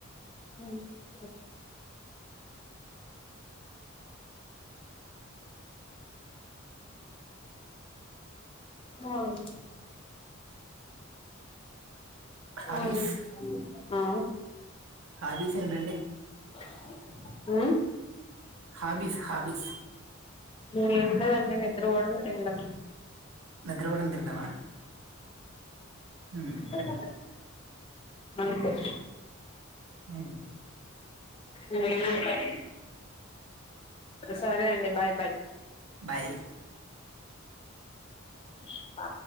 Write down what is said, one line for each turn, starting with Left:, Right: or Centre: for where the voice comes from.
Left: వున్ లే అవును
Right: హాబీస్
Left: ఆహు ఆ
Right: హాబీస్ ఏంటండి
Left: ఆ
Right: హాబీస్ హాబీస్
Left: ఏం లేదండి నిద్రపోవడం తినడం
Right: నిద్రవోడం తినడమా మ్మ్.
Left: సూద్దాం అంతే
Right: మ్
Left: ఇంగేముంటాయ్ సరే అండి బాయ్ బాయ్
Right: బాయ్
Left: ఆ